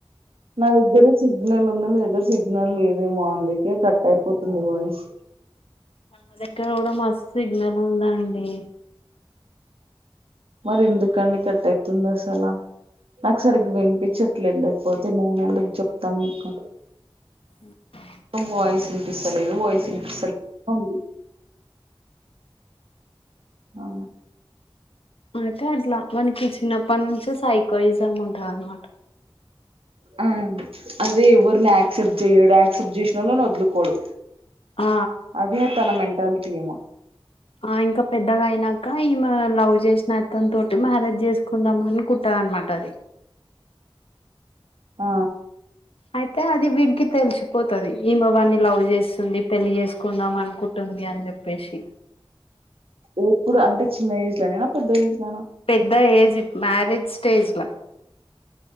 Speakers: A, on the right; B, on the left.
A: నా దగ్గర సిగ్నల్ ఉంది మీ దగ్గర సిగ్నల్ లేదేమో అందుకే కట్ అయిపోతుంది వాయిస్
B: నా దగ్గర కూడా మస్తు సిగ్నల్ ఉంది అండి
A: మరి ఎందుకండి కట్ అయితుంది అసలా నాకు సరిగ్గా వినిపించట్లేదులే పోతే నేను ఎందుకు చెప్తాను మీకు
B: మ్
A: మొత్తం వాయిస్ వినిపిస్తలేదు వాయిస్ వినిపిస్తలేదనే ఉంది ఆ
B: అయితే అట్లా వానికి చిన్నప్పటి నుంచే సైకోయిజం ఉంటది అన్నమాట
A: ఆ అదే ఎవరిని యాక్సెప్ట్ చెయడు యాక్సెప్ట్ చేసినోళ్లని వదులుకోడు
B: ఆ
A: అదే తన మెంటాలటీ ఏమో
B: ఆ ఇంకా పెద్దగా అయినాక ఈమె లవ్ చేసిన అతనుతోటి మ్యారేజ్ చేసుకుందాం అని కుట్టారు అనమాట అది
A: ఆ
B: అయితే అది వీటికి తెలిసిపోతుది ఈమె వాని లవ్ చేస్తుంది పెళ్లి చేసుకుందాం అని కుంటుంది అని చెప్పేసి
A: ఎప్పుడు అంటే చిన్న ఏజ్ లోనేనా పెద్ద ఏజ్లానా
B: పెద్ద ఏజ్ మ్యారేజ్ స్టేజ్ లో